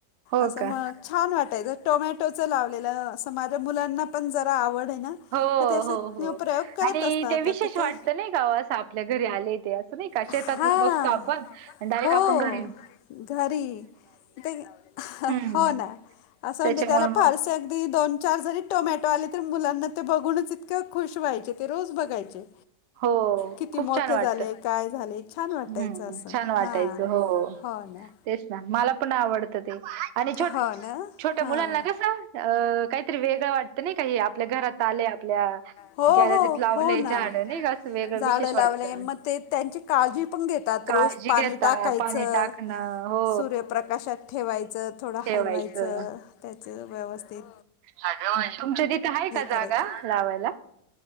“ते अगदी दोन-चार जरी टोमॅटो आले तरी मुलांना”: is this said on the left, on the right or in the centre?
Left